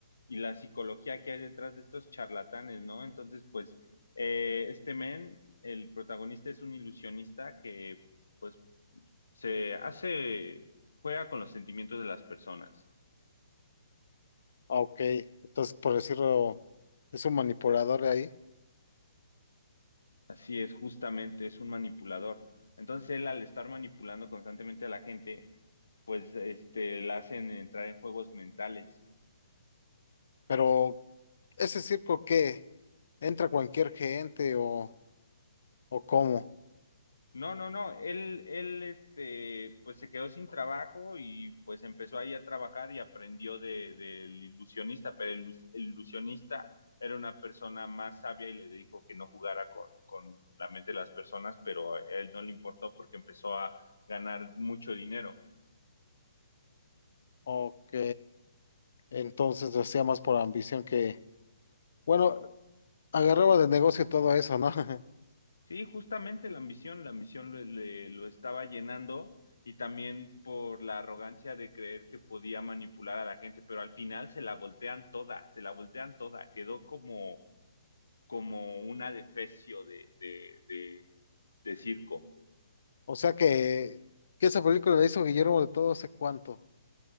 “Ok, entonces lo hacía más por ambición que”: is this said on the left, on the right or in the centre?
Left